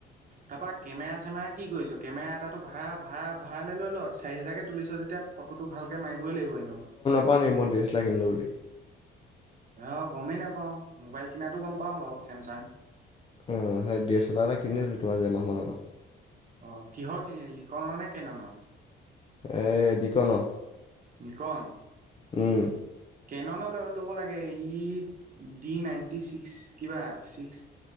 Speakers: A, on the right; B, on the left.
A: তাৰপা কেমেৰা চেমেৰা কি কৰিছ, কেমেৰা এটাটো ভড়া ভাড়া ভাড়ালৈ লৈ ল' চাৰি হেজাৰকৈ তুলিছ যেতিয়া ফটোটো ভালকৈ মাৰিবই লাগিব এনেওঁ।
B: কোৱা নাই নেকি মই ডিএসেলাৰ কিনলো বুলি।
A: অঁ গ'মেই নাপাওঁ, মোবাইল কিনাতো গ'ম পাওঁ বাৰু চেমচাং।
B: উম সেই ডি এছ এল আৰ এটা কিনিলোটো আজি এমাহমান আগত।
A: অ' কিহৰ কিনিলি লিকনৰ নে কেননৰ?
B: এ দিকনৰ।
A: দিকন।
B: উম।
A: কেননৰ ল'ব লাগে। ই ডি নাইণ্টি ছিক্স কিবা ছিক্স